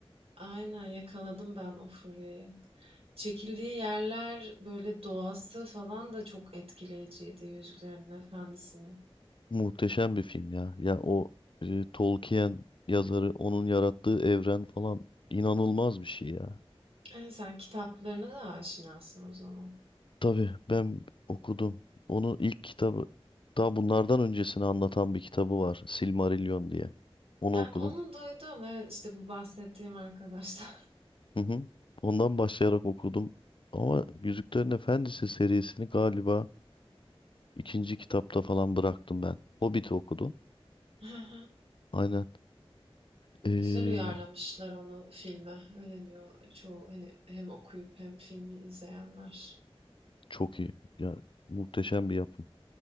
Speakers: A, on the right; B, on the left.
A: aynen yakaladım ben o furyayı. Çekildiği yerler, böyle, doğası falan da çok etkileyiciydi Yüzüklerin Efendisi'nin.
B: Muhteşem bir film ya. Ya o e, Tolkien yazarı onun yarattığı evren falan inanılmaz bir şey ya.
A: Evet, sen kitaplarına da aşinasın o zaman.
B: Tabii ben okudum. Onun ilk kitabı daha bunlardan öncesini anlatan bir kitabı var. Silmarillion diye. Onu
A: Ha,
B: okudum.
A: onu duydum. Evet, işte bu bahsettiğim arkadaşlar.
B: Hı hı. Ondan başlayarak okudum. Ama Yüzüklerin Efendisi serisini galiba ikinci kitapta falan bıraktım ben. Hobbit'i okudum.
A: <laughs> Hı hı.
B: Aynen. Ee,
A: Güzel uyarlamışlar onu filme. Öyle diyor çoğu hani hem okuyup hem filmi izleyenler.
B: çok iyi. Ya muhteşem bir yapım.